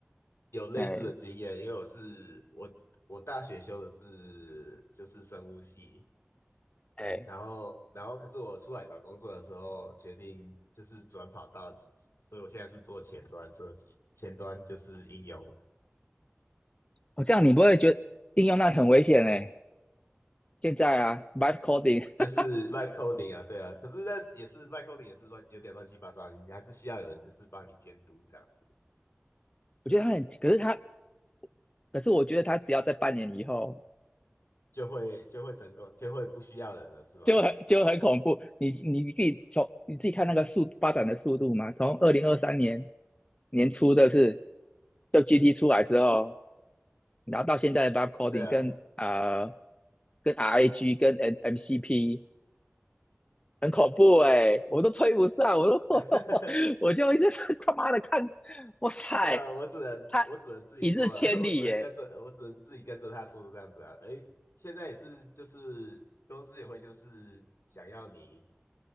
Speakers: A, on the left; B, on the left.
A: 有类似的经验，
B: 哎
A: 因为我是我我大学修的是就是生物系，
B: 哎，
A: 然后然后可是我出来找工作的时候决定就是转跑道，所以我现在是做前端设计，前端就是应用。
B: 我这样你不会觉得应用那很危险哎、现在啊 v i v e coding，
A: 就是 vibe coding 啊，对啊，可是那也是 vibe coding 也是乱，有点乱七八糟，你还是需要有人就是帮你监督这样子，
B: 我觉得他很，可是他，可是我觉得他只要在半年以后，
A: 就会就会成功，就会不需要人了，是吗？
B: 就很就很恐怖。你你自己从你自己看那个速发展的速度嘛，从二零二三年年初的是，就 GT 出来之后，然后到现在的 v i v e coding
A: 对啊，
B: 跟呃跟 RAG 跟 M MCP 很恐怖哎、欸我都吹不上，我都
A: <laughs>
B: <laughs> 我就一直是他妈的看，哇塞，
A: 对啊，我只能我只能自己做啊，
B: 他一日千里耶、
A: <laughs> 我只能跟着我只能自己跟着他做这样子啊。
B: 欸
A: 诶，现在也是就是公司也会就是想要你